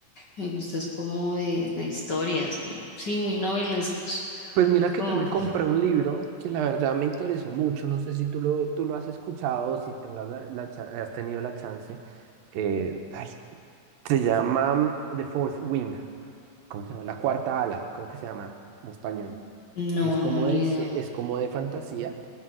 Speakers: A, on the left; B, on the right.
A: Me gusta es como de, de historias, como, sí, muy novelescos.
B: Pues mira que
A: Como,
B: yo me compré un libro que la verdad me interesó mucho, no sé si tú lo, tú lo has escuchado o si tengas la, la cha- has tenido la chance, eh, ay, se llama mm, The Fourth Wing. ¿cómo se llama? La cuarta ala, creo que se llama en español.
A: no,
B: Es como
A: no, ni
B: de,
A: idea.
B: ci- es como de fantasía.